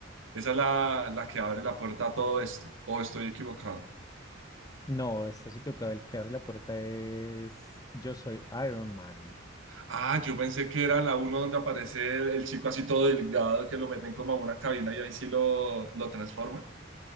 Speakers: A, on the right; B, on the left.
A: Esa es la, la que abre la puerta a todo esto, o estoy equivocado.
B: No, estás equivocado. El que abre la puerta es Yo soy Iron Man.
A: Ah, yo pensé que era la uno donde aparece el, el chico así todo delgado que lo meten como a una cabina y ahí sí lo, lo transforma.